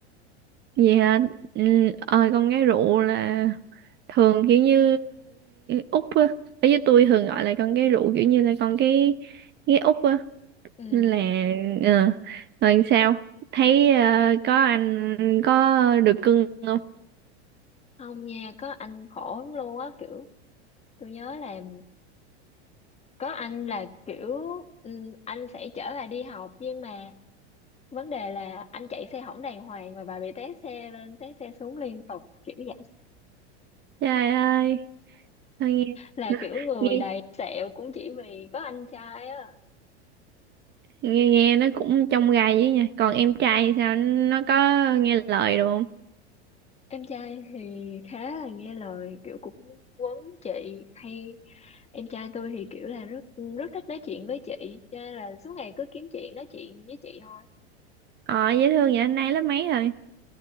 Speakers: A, on the right; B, on the left.
A: Vậy hả? Ừ, ờ, con gái rượu là thường kiểu như út á. Ở với tôi thường gọi là con gái rượu kiểu như là con cái cái út á.
B: Ừ.
A: Nên là ờ, rồi sao? Thấy ờ, có anh có được cưng không?
B: Không nha, có anh khổ lắm luôn á. Kiểu tôi nhớ là có anh là kiểu ừm, anh sẽ chở bà đi học nhưng mà vấn đề là anh chạy xe hỏng đàng hoàng mà bà bị té xe lên té xe xuống liên tục kiểu vậy
A: Trời ơi, thôi nghe
B: là kiểu người
A: nghe
B: đầy sẹo cũng chỉ vì có anh trai á
A: nghe, nghe nó cũng trong gai với nha. Còn em trai thì sao? Nó có nghe lời được không?
B: em trai thì khá là nghe lời kiểu cũng quấn chị hay em trai tôi thì kiểu là rất rất thích nói chuyện với chị cho nên là suốt ngày cứ kiếm chuyện nói chuyện với chị thôi
A: Ờ dễ thương vậy, anh nay lớp mấy rồi?